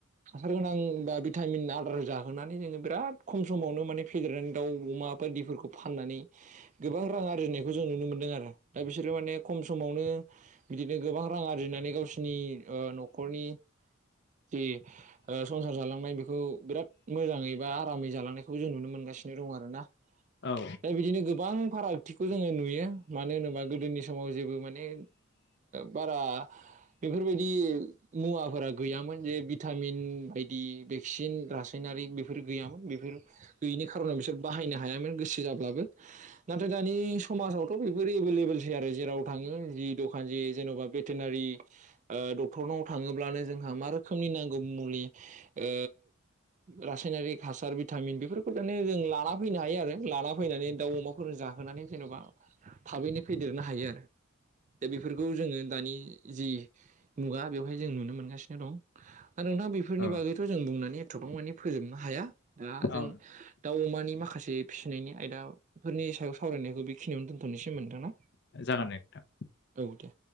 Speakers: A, on the right; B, on the left.
A: हासार गोनां बा भिटामिन आदार जाहोनानै जोङो बिराद खम समावनो माने फेदेरनानै दाउ अमा । मा बायफोरखौ फाननानै गोबां रां आरजिनायखौ जों नुनो मोनदों आरो दा बिसोरो माने खम समावनो । ओ बिदिनो गोबां रां आरजिनानै । सिनि ओ न'खरनि जि । ओ संसार जालांनाय बेखौ बिराद मोजाङै बा आरामै जालांनायखौ जों नुनो मोनगासिनो दङ आरोना ।
B: औ
A: दा बिदिनो गोबां फाराग । खाथिखौ जोङो नुयो, मानो होनोबा गोदोनि समाव जेबो माने बारा बेफोरबायदि मुवाफोरा गैयामोन, जे भिटामिन बायदि भेक्सिन रासायनारि फोरा गैयामोन बेफोर गैयिनि खारनाव बिसोर बाहायनो हायामोन गोसो जाब्लाबो। नाथाय दानि जों समाजावथ' बेफोर एभेलेबेलसै आरो जेराव थाङो जि दखान जि जेन'बा भेटेनारि ओ डक्टरनाव थाङोब्लानो जोंहा मा रोखोमनि नांगौ मुलि ओ रासायनारिक हासार भिटामिन बेफोरखौ माने जों लाना फैनो हायो आरो, लाना फैनानै दाउ अमाफोरजों जा होनानै जेन'बा थाबैनो फेदेरनो हायो आरो। दा बेफोरखौ जोङो दानि जि मुगा बेवहाय जों नुनो मोनगासिनो दं। आरो नोंथां बेफोरनि
B: औ
A: बागैथ' जों बुंनानै थबां मानि फोजोबनो हाया। दा
B: औ
A: जों दाउ अमानि माखा खासे फिसिनायनि आयदाफोरनि सायाव सावरायनायखौ बेखिनियावनो दोनथ'नोसै होमबा नोंथां ना
B: जागोन दे नोंथां।
A: औ दे।